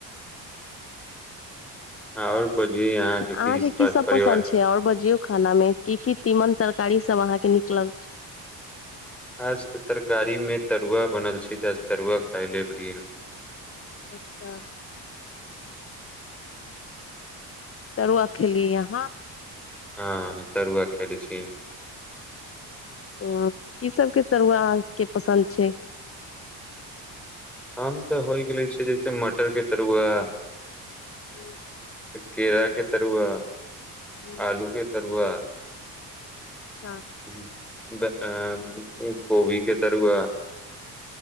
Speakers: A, in the centre; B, on the left (about 30°).
A: आओर बझिय यहाँके
B: अहाँके
A: की परिवार
B: सब पसन्द और बजियौ खाना में की की तीमन तरकारी सब अहा के निक लग छै
A: आज तऽ तरकारी में तरुआ बनल छै त आज तरुआ खाय लेबी
B: अच्छा तरुआ खेलियै अहाँ
A: हँ तरुआ खायले छी
B: ह की सबके तरुआ आहा सभके पसन्द छै
A: हम तऽ होइ गेले छै जैसे मटर के तरुआ
B: हूँ
A: केरा के तरुआ
B: हूँ
A: आलू के तरुआ
B: अच्छा
A: कोबी के तरुआ